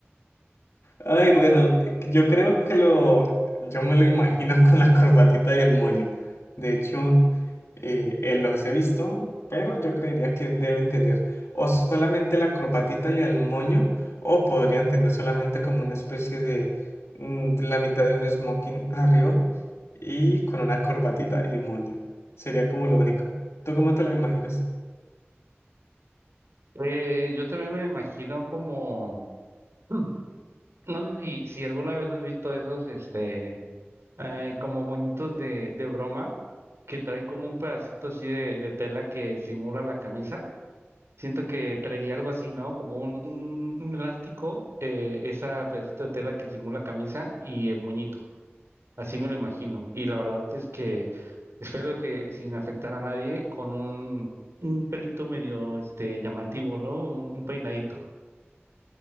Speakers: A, on the left; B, on the right.
A: Ay, bueno, eh, yo creo que lo, yo me lo imagino <laughs> con la corbatita y el moño. De hecho, eh, eh, los he visto, pero yo creería que deben tener o solamente la corbatita y el moño, o podrían tener solamente como una especie de mm, la mitad de un smoking <laughs> arriba y con una corbatita y moño. Sería como lo único. ¿Tú cómo te lo imaginas?
B: Eh, yo también me imagino como, Hmm. no sé si, si alguna vez has visto esos, este, eh, como moñitos de, de broma que traen como un pedacito así de, de tela que simula la camisa. Siento que traería algo así, ¿no? Como un, un, un elástico, eh, ese pedacito de tela que simula camisa y el moñito. Así me lo imagino. Y la verdad es que espero que sin afectar a nadie, con un, un pelito medio este llamativo, ¿no? Un, un peinadito.